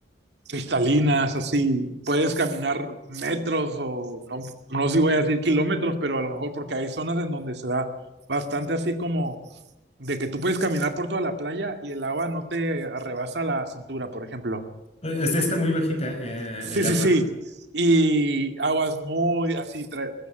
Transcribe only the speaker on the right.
cristalinas, así, puedes caminar metros o no, no sé si voy a decir kilómetros, pero a lo mejor porque hay zonas en donde se da bastante así como de que tú puedes caminar por toda la playa y el agua no te arrebasa la cintura, por ejemplo.
Sí,
sí, sí. Y aguas muy así, tra-